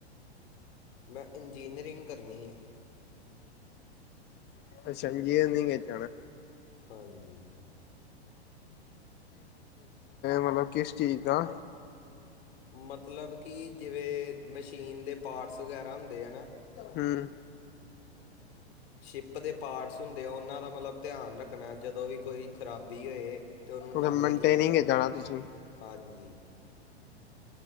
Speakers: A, on the left; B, on the left.
A: ਮੈਂ ਇੰਜੀਨਅਰਿੰਗ ਕਰਨੀ ਹੈ
B: <inaudible> ਇੰਜੀਨੀਅਰਿੰਗ ਐਚ
A: ਹਾਂਜੀ
B: ਮਤਲਬ ਕਿਸ ਚੀਜ਼ ਦਾ
A: ਮਤਲਬ ਕਿ ਜਿਵੇਂ ਮਸ਼ੀਨ ਦੇ ਪਾਰਟਸ ਵਗੈਰਾ ਹੁੰਦੇ ਹੈ ਨਾ
B: ਹਮ
A: ਸ਼ਿਪ ਦੇ ਪਾਰਟਸ ਹੁੰਦੇ ਆ ਉਹਨਾਂ ਦਾ ਮਤਲਬ ਧਿਆਨ ਰੱਖਣਾ ਜਦੋਂ ਵੀ ਕੋਈ ਖਰਾਬੀ ਹੋਏ। ਤੇ ਉਹਨੂੰ
B: ਉਹ
A: ਨਾਲੇ
B: ਮੇਨਟੇਨਿੰਗ
A: ਠੀਕ ਕਰਨਾ
B: ਜਾਣਾ ਤੁਸੀਂ
A: ਹਾਂਜੀ